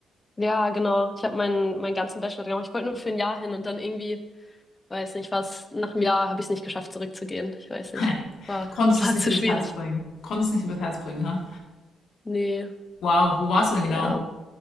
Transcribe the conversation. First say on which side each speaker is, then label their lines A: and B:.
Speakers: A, on the left; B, on the left.
A: Ja, genau. Ich habe meinen meinen ganzen Bachelor gemacht. Ich wollte nur für ein Jahr hin und dann irgendwie, weiß nicht, was, nach einem Jahr habe ich es nicht geschafft, zurückzugehen. Ich weiß nicht.
B: Dann? <laughs>
A: War,
B: Konntest
A: <laughs>
B: es
A: war
B: nicht
A: zu
B: übers
A: schwierig.
B: Herz bringen. Konntest nicht übers Herz bringen, ha?
A: Nee,
B: Wow, wo warst du denn genau?
A: ja.